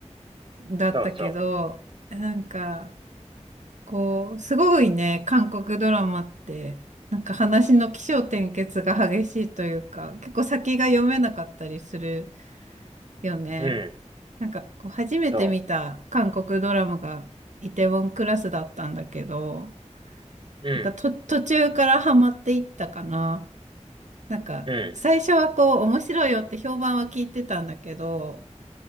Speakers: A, on the right; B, on the right.
A: だったけど、
B: そうそ
A: なんか、こう、すごいね、韓国ドラマって、なんか話の起承転結が激しいというか、結構先が読めなかったりするよね。
B: う。うん。
A: なんか、こう、初めて見た韓国ドラマがイテウォンクラスだったんだけど、
B: そう。うん。
A: なんかと、途中からハマっていったかな。なんか、
B: うん。
A: 最初はこう、面白いよって評判は聞いてたんだけど、